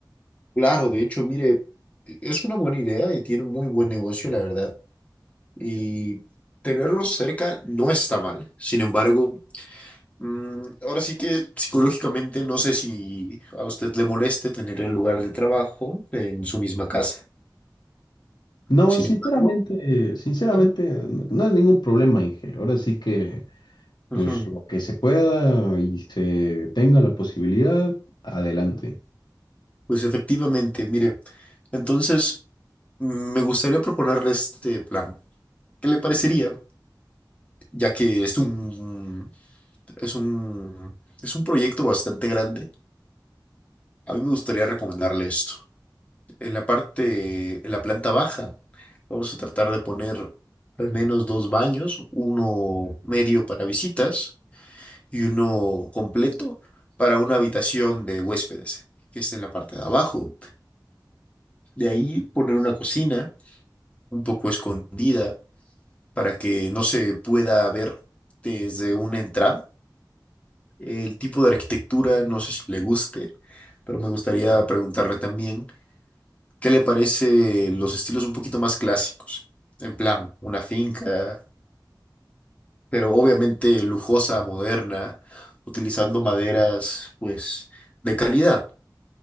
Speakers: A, on the left; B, on the left.
A: claro, de hecho, mire, es una buena idea y tiene un muy buen negocio, la verdad. Y tenerlo cerca no está mal. Sin embargo, mm, ahora sí que psicológicamente no sé si a usted le moleste tener el lugar de trabajo en su misma casa.
B: No,
A: Sin
B: sinceramente,
A: embargo,
B: sinceramente,
A: ujú,
B: no es ningún problema, Inge. Ahora sí que,
A: ujú.
B: pues lo que se pueda y se tenga la posibilidad, adelante.
A: Pues efectivamente, mire, entonces mm, me gustaría proponerle este plan. ¿Qué le parecería? Ya que es un, es un, es un proyecto bastante grande, a mí me gustaría recomendarle esto. En la parte, en la planta baja, vamos a tratar de poner al menos dos baños, uno medio para visitas y uno completo para una habitación de huéspedes, que está en la parte de abajo. De ahí poner una cocina un poco escondida para que no se pueda ver desde una entrada. El tipo de arquitectura, no sé si le guste, pero me gustaría preguntarle también, ¿qué le parece los estilos un poquito más clásicos? En plan, una finca, pero obviamente lujosa, moderna, utilizando maderas, pues, de calidad.